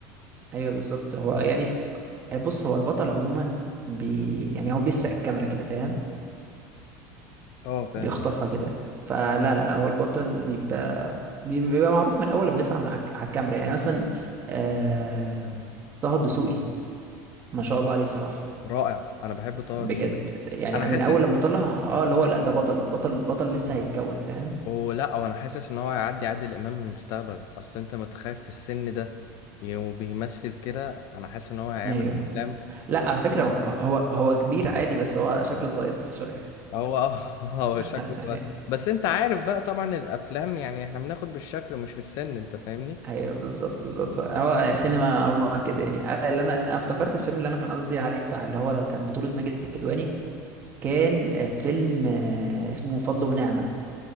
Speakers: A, on the right; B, on the left.
A: ايوه بالظبط هو يعني بص هو البطل عموما بي يعني هو بيسرق الكاميرا كده فاهم
B: اه فاهم
A: بيخطفها كده فلا لا لا هو البطل بيبقى بيبقى معروف من اول لما يطلع من على الك- على الكاميرا يعني مثلا آه... طه الدسوقي ما شاء الله عليه صراحة
B: رائع انا بحب طه
A: بجد
B: دسوقي
A: يعني
B: انا حاسس
A: من اول لما طلع اه اللي هو لا ده بطل بطل بطل لسه هيتكون فاهم
B: ولا هو انا حاسس ان هو هيعدي عادل امام للمستقبل اصل انت متخيل في السن ده ي- وبيمثل كده انا حاسس ان هو هيعمل
A: ايوه
B: افلام
A: لا
B: مكسره
A: على فكرة
B: الدنيا
A: هو هو هو كبير عادي بس هو شكله صغير بس شوية
B: هو اه <laughs>
A: <laughs>
B: هو شكله صغير بس انت عارف بقى طبعا الافلام يعني احنا بناخد بالشكل مش بالسن انت فاهمني
A: ايوه بالظبط بالظبط هو السينما عموما كده يعني آه، اللي انا أنا افتكرت الفيلم اللي انا كان قصدي عليه بتاع اللي هو كان بطولة ماجد الكدواني كان فيلم آه، اسمه فضل ونعمة